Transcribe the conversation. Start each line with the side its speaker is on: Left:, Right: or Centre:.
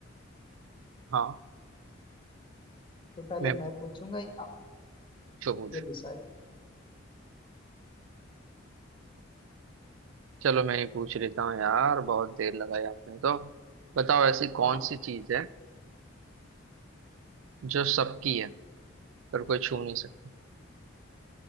Right: हाँ
Left: तो पहले
Right: मैं
Left: मैं पूछूंगा या आप?
Right: पूछो पूछ
Left: ये डिसाइड
Right: चलो मैं ही पूछ लेता हूँ यार बहुत देर लगाई आपने तो बताओ ऐसी कौन
Left: हाँ
Right: सी चीज है जो सबकी है पर कोई छू नहीं सकता